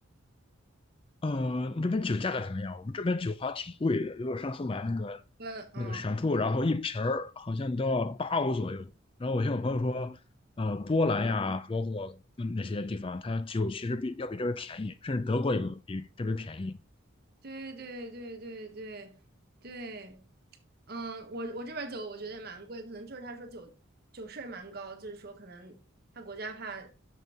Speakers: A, on the left; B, on the right.
A: 呃，这边酒价格怎么样？我们这边酒好像挺贵的，因为我上次买那个
B: 对，
A: 那个闪兔，
B: 嗯，
A: 然后一瓶儿好像都要八欧左右。然后我听我朋友说，呃，波兰呀，包括嗯那些地方，它酒其实比要比这边便宜，甚至德国也比这边便宜。
B: 对对对对对对对。嗯，我我这边酒我觉得也蛮贵，可能就是他说酒酒税蛮高，就是说可能他国家怕